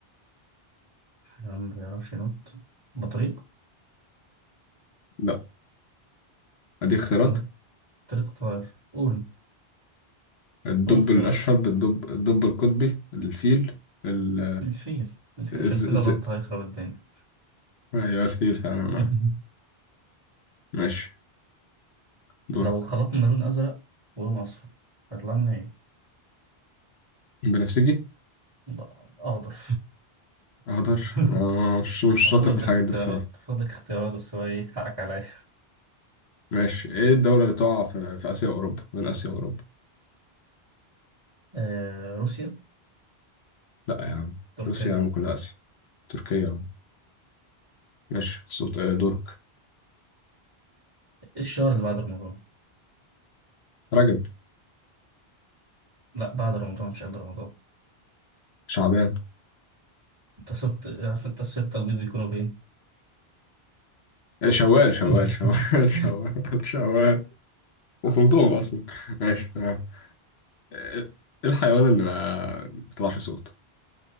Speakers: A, on the right; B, on the left.
A: حيوان ما بيعرفش ينط بطريق
B: لا ادي اختيارات
A: بطريق طائر قول
B: الدب
A: قول اختيارات
B: الاشهب الدب الدب القطبي الفيل ال
A: الفيل الفيل
B: الز-
A: عشان الفيل
B: الذئب
A: لو نط هيخرب الدنيا
B: ايوه الفيل فعلا
A: <laughs>
B: ماشي دورك
A: لو خلطنا لون أزرق ولون أصفر هيطلع لنا إيه؟
B: بنفسجي
A: لا أخضر
B: أقدر
A: <laughs>
B: آه، مش مش شاطر
A: فضل
B: في الحاجات
A: لك اختيارات
B: دي الصراحة
A: فضل لك اختيارات بس هو إيه حقك عليا
B: ماشي إيه الدولة اللي تقع في, في آسيا وأوروبا من آسيا وأوروبا
A: آه روسيا
B: لا يا عم
A: تركيا
B: روسيا يا عم كلها آسيا تركيا يا عم. ماشي صوت آه، دورك
A: الشهر اللي بعد رمضان
B: رجب
A: لا بعد رمضان مش قبل رمضان
B: شعبان
A: أنت سبت عارف أنت الستة البيض بيكونوا فين
B: إيه شوال شوال
A: <laughs>
B: شوال <laughs> شوال شوال وصلتهم أصلا ماشي تمام إيه الحيوان اللي ما بيطلعش صوت